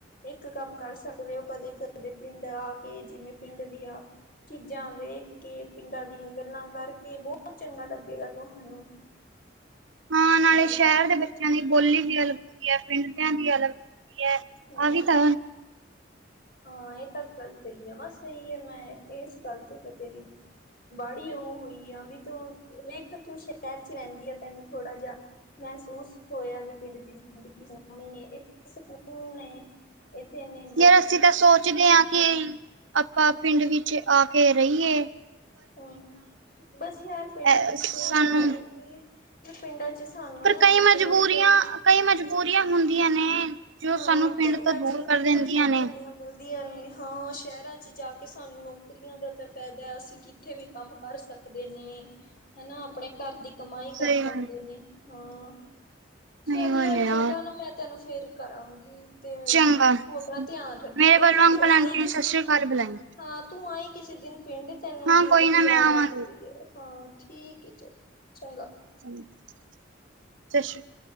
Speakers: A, on the left; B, on the right.
A: ਇੱਕ ਕਾੰਮ ਕਾਰ ਸਕਦੇ ਓ ਕਦੇ-ਕਦੇ ਪਿੰਡ ਆ ਕੇ ਜਿਵੇਂ ਪਿੰਡ ਦੀਆਂ ਚੀਜਾਂ ਵੇਖ ਕੇ ਪਿੰਡਾਂ ਦੀਆਂ ਗੱਲਾਂ ਕਾਰਕੇ ਬੋਤ ਚੰਗਾ ਲੱਗੇਗਾ ਤੁਹਾਨੂੰ।
B: ਹਾਂ, ਨਾਲੇ਼
A: ਹਨਾ
B: ਸੈ਼ਰ ਦੇ ਬੱਚੇਆਂ ਦੀ ਬੋਲੀ ਵੀ ਅਲੱਗ ਹੁੰਦੀ ਐ ਪਿੰਡ ਦੇਆਂ ਦੀ ਅਲੱਗ ਹੁੰਦੀ ਹੈ
A: ਹਾਂ।
B: ਆ ਵੀ ਤਾਂ
A: ਹਾਂ, ਏ ਤਾਂ ਗੱਲ ਤੇਰੀ ਜਮਾ ਸਈ ਐ ਮੈਂ, ਏਸ ਗੱਲ ਤੇ ਤਾ ਤੇਰੀ ਬਾੜੀ ਓ ਹੋਈ ਆਂ ਵੀ ਤੂੰ, ਵੇਖ ਤੂੰ ਸੈ਼ਰ ਚ ਰੈਂਦੀ ਆ ਤੈਨੂੰ ਥੋੜਾ ਜਾ ਮੈਹਸੂਸ ਤੇ ਹੋਏਆ ਵੀ ਪਿੰਡ ਦੀ ਜ਼ਿੰਦਗੀ ਸੋਣੀ ਏ <unintelligible> ਨੇ ਏੱਥੇ ਏਨੇ
B: ਯਾਰ ਅਸੀਂ ਤਾਂ ਸੋਚਦੇ ਆਂ ਕਿ, ਆਪਾਂ ਪਿੰਡ ਵਿੱਚ ਆ ਕੇ ਰਈਏ।
A: ਹੂੰ, ਬਸ ਯਾਰ ਪਿੰਡ
B: ਅ
A: ਪਿੰਡਾਂ
B: ਸਾਨੂੰ
A: ਦਾ ਏਹੀ ਵੀ ਪਿੰਡਾਂ ਚ ਤੁਹਾਨੂੰ
B: ਪਰ
A: ਨਾ
B: ਕਈ
A: ਇੱਕ
B: ਮਜਬੂਰੀਆਂ
A: ਦੱਮ ਕੋਈ
B: ਕਈ ਮਜਬੂਰੀਆਂ ਹੁੰਦੀਆਂ ਨੇ। ਜੋ
A: ਹਾਂ,
B: ਸਾਨੂੰ ਪਿੰਡ
A: ਪਿੰਡਾਂ
B: ਤੋਂ ਦੂਰ
A: ਚ
B: ਕਰ
A: ਕਿੱਥੇ
B: ਦਿੰਦੀਆਂ
A: ਨੌਕਰੀਆਂ
B: ਨੇ
A: ਮਿਲਦੀਆਂ ਨੀ ਹਾਂ, ਸੈ਼ਰਾਂ ਚ ਜਾ ਕੇ ਸਾਨੂੰ ਨੌਕਰੀਆਂ ਦਾ ਤੇ ਫੈਦੈ ਅਸੀ ਕਿ ਉੱਥੇ ਵੀ ਕਾੰਮ ਕਾਰ ਸਕਦੇ ਨੇ, ਹੈਨਾ ਆਪਣੇ ਘਾਰ ਦੀ ਕਮਾਈ ਕਾਰ
B: ਸਹੀ
A: ਸਕਦੇ
B: ਗੱਲ
A: ਨੇ ਹਾਂ,
B: ਨਹੀਂ
A: ਚੱਲ
B: ਬੋਲਿਆ
A: ਯਾਰ ਚੰਗਾ ਨਾ ਮੈਂ ਤੈਨੂੰ ਫੇਰ ਕਰਾਂਗੀ ਤੇ,
B: ਚੰਗਾ
A: ਤੂੰ ਆਪਣਾ ਧਿਆਨ ਰੱਖੀ
B: ਮੇਰੇ
A: ਕੋਈ
B: ਵੱਲੋਂ
A: ਨੀ
B: ਅੰਕਲ
A: ਤੂੰ
B: ਆਂਟੀ
A: ਆਈ ਕਿਸੇ
B: ਨੂੰ ਸਤਿ ਸ਼੍ਰੀ ਅਕਾਲ ਬੁਲਾਈ
A: ਹਾਂ, ਤੂੰ ਆਈ ਕਿਸੇ ਦਿਨ ਪਿੰਡ, ਤੈਨੂੰ
B: ਹਾਂ
A: ਪਿੰਡ
B: ਕੋਈ
A: ਦੀ
B: ਨਾ
A: ਯਾਦ
B: ਮੈਂ ਆਵਾਂਗੀ
A: ਆਉਂਦੀ ਪਈ ਹੈ, ਹਾਂ ਠੀਕ ਹੈ ਚਲ ਚੰਗਾ
B: <unintelligible>